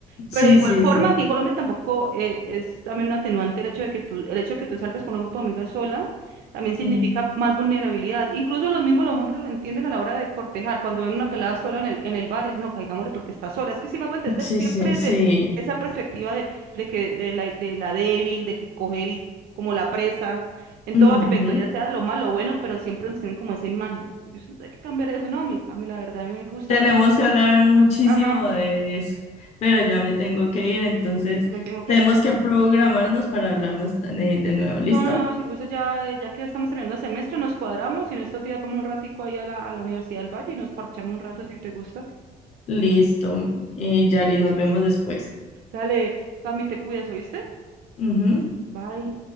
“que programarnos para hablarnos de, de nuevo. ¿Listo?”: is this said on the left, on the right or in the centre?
Left